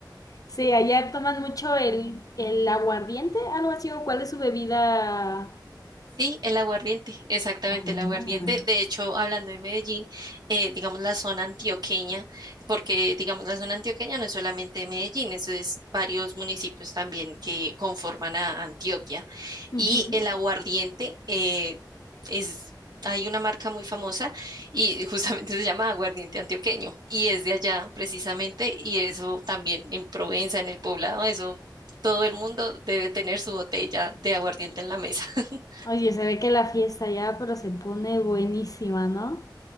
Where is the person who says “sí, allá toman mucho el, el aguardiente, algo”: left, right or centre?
Left